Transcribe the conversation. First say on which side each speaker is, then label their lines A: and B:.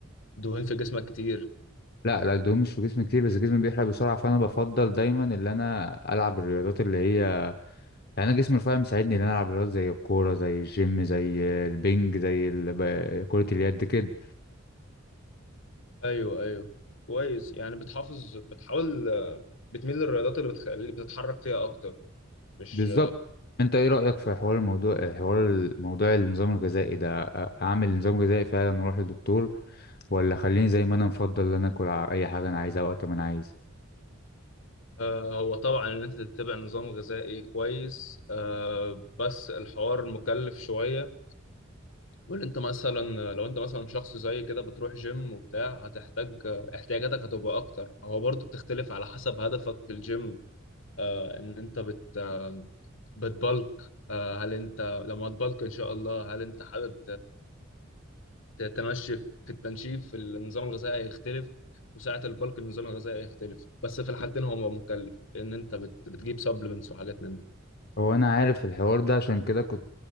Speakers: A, on the left (about 70°); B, on the left (about 50°).
A: دهون في جسمك كتير
B: لا لا الدهون مش في جسمي كتير بس جسمي بيحرق بسرعه فانا بفضل دايما ان انا العب الرياضات اللي هي يعني انا جسمي رفيع مساعدني ان انا العب رياضات زي الكوره زي الجيم زي البنج زي ال- ب- كره اليد كده
A: ايوه ايوه كويس يعني بتحافظ بتحاول آه، بتميل للرياضات اللي بتخليك بتتحرك فيها اكتر مش
B: بالظبط انت ايه رأيك في حوار الموضوع حوار الموضوع النظام الغذائي ده أ- اعمل نظام غذائي فعلا واروح للدكتور ولا خليني زي ما انا مفضل ان انا اكل ع- اي حاجة انا عايزها وقت ما انا عايز
A: آه، هو طبعا ان انت تتبع نظام غذائي كويس آه، بس الحوار مكلف شويه وان انت مثلا لو انت مثلا شخص زي كده بتروح جيم وبتاع هتحتاج آه، احتياجاتك هتبقى اكتر هو برضه بتختلف على حسب هدفك في الجيم آه، ان انت بت آه، بتبلك آه، هل انت لما تبلك ان شاء الله هل انت حابب تمشي في التنشيف في النظام الغذائي هيختلف وساعة البلك النظام الغذائي هيختلف بس في الحالتين هو مكلف لأن أنت بت... بتجيب سبلمنتس وحاجات من دي
B: هو انا عارف الحوار ده عشان كده كنت